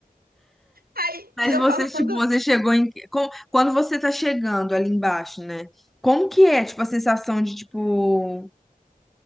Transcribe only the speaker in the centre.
Mas
você,
tipo, você chegou em. com- Quando você tá chegando ali embaixo, né? Como que é, tipo, a sensação de, tipo.